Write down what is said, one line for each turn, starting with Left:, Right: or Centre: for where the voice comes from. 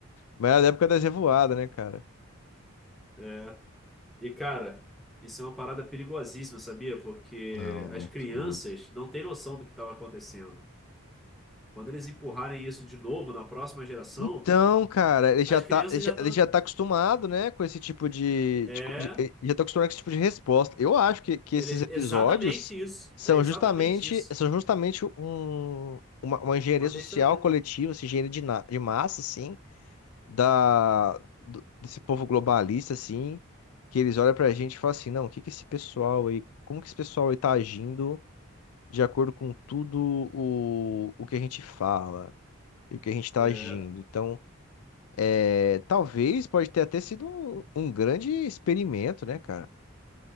Left: Mas era a época das revoadas, né, cara?
Centre: É, E, cara, isso é uma parada perigosíssima, sabia? Porque
Left: Não, muito,
Centre: as crianças
Left: muito.
Centre: não têm noção do que estava acontecendo. Quando eles empurrarem isso de novo na próxima geração,
Left: Então, cara, ele já
Centre: as
Left: tá,
Centre: crianças
Left: ele já,
Centre: já estão.
Left: ele já tá acostumado, né, com esse tipo de,
Centre: É,
Left: de co- de- ele já tá acostumado com esse tipo de resposta. Eu acho que, que esses
Centre: eles...
Left: episódios
Centre: exatamente isso.
Left: são
Centre: É exatamente
Left: justamente,
Centre: isso.
Left: são justamente um, uma, uma engenharia
Centre: Um adestramento.
Left: social coletiva, assim, engenharia de, na- de massa, assim, da, do- desse povo globalista, assim, que eles olham pra gente e falam assim, não, o que que esse pessoal aí, como que esse pessoal aí tá agindo de acordo com tudo o, o que a gente fala e o que a gente tá
Centre: É,
Left: agindo. Então é, talvez pode ter até sido um, um grande experimento, né, cara?